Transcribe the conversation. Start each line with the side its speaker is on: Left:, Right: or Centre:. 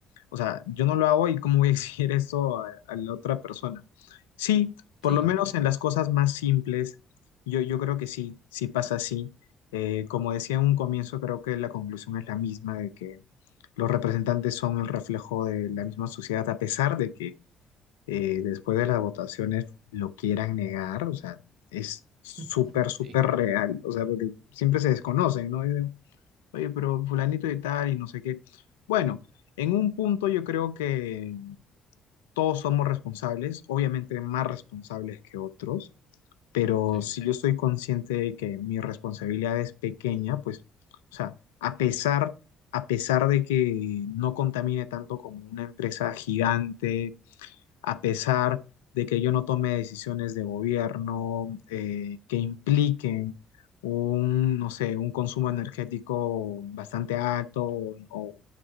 Left: o sea, yo no lo hago y cómo voy a <laughs> exigir esto a, a la otra persona. Sí, por
Right: Sí,
Left: lo menos en las cosas más simples, yo, yo creo que sí, sí pasa así. Eh, como decía en un comienzo, creo que la conclusión es la misma, de que los representantes son el reflejo de la misma sociedad, a pesar de que eh, después de las votaciones lo quieran negar, o sea, es súper,
Right: <laughs>
Left: súper
Right: sí.
Left: real, o sea, porque siempre se desconocen, ¿no? Dicen, oye, pero fulanito y tal y no sé qué. Bueno, en un punto yo creo que todos somos responsables, obviamente más responsables que otros, pero
Right: Sí.
Left: si yo estoy consciente de que mi responsabilidad es pequeña, pues, o sea, a pesar... A pesar de que no contamine tanto como una empresa gigante, a pesar de que yo no tome decisiones de gobierno eh, que impliquen un, no sé, un consumo energético bastante alto o, o